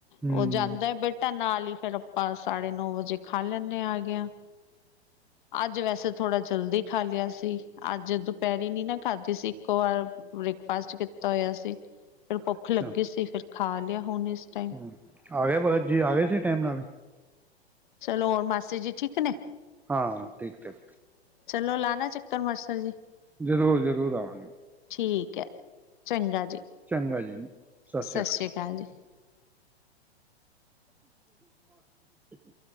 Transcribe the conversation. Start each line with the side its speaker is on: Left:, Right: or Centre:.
Centre: ਹੂੰ
Left: ਓ ਜਾਂਦੈ ਬਟ ਤਾਂ ਨਾਲ ਹੀ ਫੇਰ ਆਪਾਂ ਸਾਢੇ ਨੌ ਵਜੇ ਖਾ ਲੈਨੇ ਹੈਗੇ ਆ। ਅੱਜ ਵੈਸੇ ਥੋੜਾ ਜਲਦੀ ਖਾ ਲਆ ਸੀ ਅੱਜ ਦੁਪਹਿਰੇ ਵੀ ਨਾ ਖਾਧੀ ਸੀ ਇੱਕੋ ਵਾਰ ਬ੍ਰੇਕਫਾਸਟ ਕੀਤਾ ਹੋਇਆ ਸੀ ਫਿਰ ਭੁੱਖ
Centre: ਅੱਛਾ
Left: ਲੱਗੀ ਸੀ ਫਿਰ। ਖਾ ਲਿਆ ਹੁਨ ਇਸ ਟਾਈਮ।
Centre: ਹੂੰ ਆ ਗਿਆ ਭਗਤ ਜੀ, ਆ ਗਿਆ ਸੀ ਟਾਈਮ ਨਾਲ।
Left: ਚਲੋ, ਮਾਸੀ ਜੀ ਠੀਕ ਨੇ।
Centre: ਹਾਂ, ਠੀਕ- ਠਾਕ।
Left: ਚਲੋ, ਲਾਨਾ ਚੱਕਰ ਮਾਸਰ ਜੀ।
Centre: ਜ਼ਰੂਰ - ਜ਼ਰੂਰ ਆਵਾਗੇ।
Left: ਠੀਕ ਅ, ਚੰਗਾ ਜੀ।
Centre: ਚੰਗਾ ਜੀ, ਸਸ
Left: ਸਤਿ
Centre: ਰਿਆ ਕਾਲ।
Left: ਸ੍ਰੀ ਅਕਾਲ ਜੀ
Centre: <unintelligible>